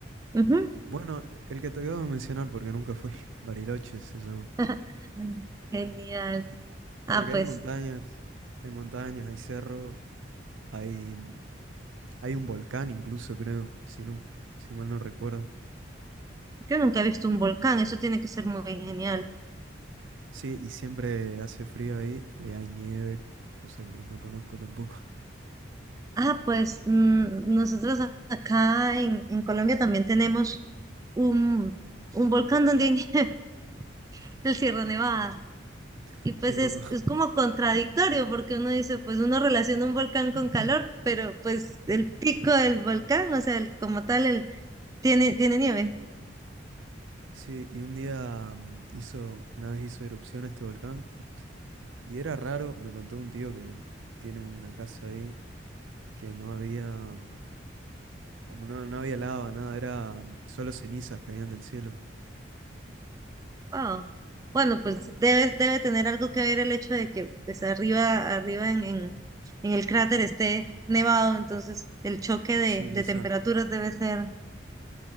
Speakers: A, on the right; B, on the right.
A: Ujú.
B: bueno, el que te acabo de mencionar porque nunca fui, <laughs> Bariloche se llama.
A: <laughs> Genial. Ah,
B: Porque
A: pues
B: hay montañas, hay montañas, hay cerros, hay, mm, hay un volcán incluso, creo, si, no- si mal no recuerdo.
A: yo nunca he visto un volcán, eso tiene que ser muy genial.
B: Sí, y siempre hace frío ahí, ahí hay nieve, cosa que no conozco tampoco.
A: Ah, pues mm, nosotros a- acá en, en Colombia también tenemos un, un volcán donde hay <laughs> el Sierra Nevada.
B: <laughs>
A: Y pues
B: Qué loco.
A: es, es como contradictorio porque uno dice, pues uno relaciona un volcán con
B: <clears throat>
A: calor, pero pues el pico del volcán, o sea, el- como tal, el, tiene, tiene nieve.
B: Sí, y un día mm, hizo, una vez hizo erupción este volcán. Y era raro, me contó un tío que tiene una casa ahí, que no había, como no, no había lava, nada, era solo cenizas caían del cielo.
A: Wow. Bueno, pues debe, debe tener algo que ver el hecho de que pues arriba, arriba en, en, en el cráter esté nevado, entonces el choque de,
B: Sí,
A: de
B: quizá.
A: temperaturas debe ser,